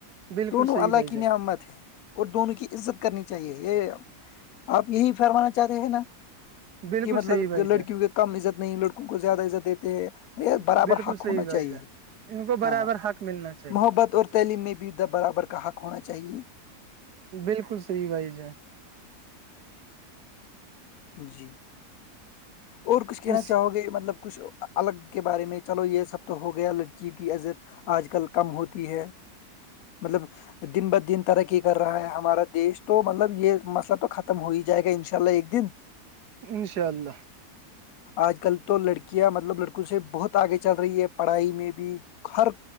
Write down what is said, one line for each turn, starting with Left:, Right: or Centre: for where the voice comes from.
Right: بالکل
Left: دونوں
Right: صحیح
Left: اللہ
Right: بھائی
Left: کی
Right: جان
Left: نعمت ہے اور دونوں کی عزت کرنی چاہیے یہ آپ یہی فرمانا چاہتےے ہیں نا
Right: بالکل
Left: کہ مطلب
Right: صحیح بھائی
Left: لڑکیوں کی کم عزت نہیں لڑکوں کو زیادہ عزت دیتے ہیں
Right: جان
Left: برابر
Right: بالکل
Left: حق
Right: صحیح
Left: ہونا
Right: بھائی
Left: چاہیے
Right: جان ان کو
Left: ہاں
Right: برابر حق ملنا چاہیے
Left: محبت اور تعلیم میں بھی د برابر کا حق ہونا چاہیے
Right: بالکل صحی بھائی ج
Left: جی اور کچھ کہنا
Right: اس
Left: چاہو گے مطلب کچھ الگ کے بارے میں چلو یہ سب تو ہو گیا لڑکی کی عزت آج کل کم ہوتی ہے مطلب دن بہ دن ترقی کر رہا ہے ہمارا دیش تو مطلب یہ مسئلہ تو ختم ہو ہی جائے گا انشاء اللہ ایک دن
Right: انشاء اللہ
Left: آج کل تو لڑکیاں مطلب لڑکوں سے بہت آگے چل رہی ہے پڑھائی میں بھی ہر